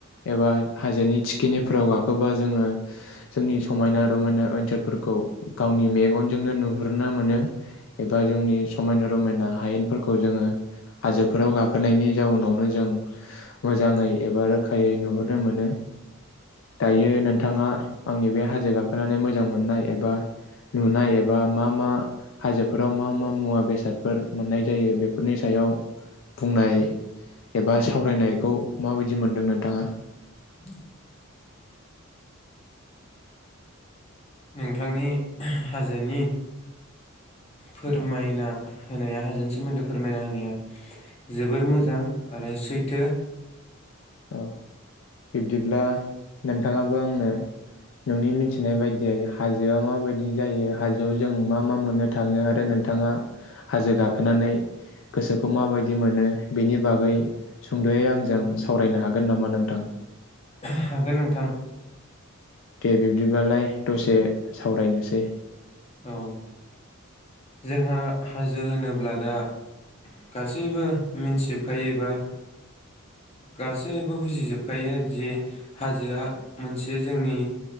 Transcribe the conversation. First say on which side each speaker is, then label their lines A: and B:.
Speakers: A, on the left (about 65°); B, on the left (about 30°).
A: एबा हाजोनि थिखिनिफ्राव गाखोबा जोङो जोंनि समायना रमायना ओनसोलफोरखौ गावनि मेगनजोंनो नुहुरनो मोनो एबा जोंनि समायना रमायना हायेनफोरखौ जोङो हाजोफोराव गाखो खोनायनि जाउनावनो जों मोजाङै एबा रोखायै नुहुरनो मोनो दायो नोंथाङा आंनि बे हाजो गाखोनानै मोजां मोननाय एबा नुनाय एबा मा मा हाजोफोराव मा मा मुवा बेसादफोर मोननाय जायो बेफोरनि सायाव बुंनाय एबा सावरायनायखौ माबायदि मोनदों नोंथाङा
B: <inaudible> नोंथांनि हाजोनि फोरमायना होनाया हाजोनि सोमोन्दै फोरमायना होनाया जोबोर मोजां आरो सैथो
A: औ बिब्दिब्ला नोंथाङाबो आंनो नोंनि मिथिनाय बायदियै हाजोआ माबायदि जायो हाजोआव जों मा मा मोननो थाङो आरो नोंथाङा हाजो गाखोनानै गोसोखौ माबायदि मोनो बेनि बागै सुंद'यै आंजों सावरायनो हागोन नामा नोंथां?
B: हागोन नोंथां।
A: दे बिब्दिबालाय दसे सावरायनोसै
B: औ जोंहा हाजो होनोब्ला दा गासैबो मिन्थिजोबखायोबा गासैबो बुजिजोबखायो जे हाजोआ मोनसे जोंनि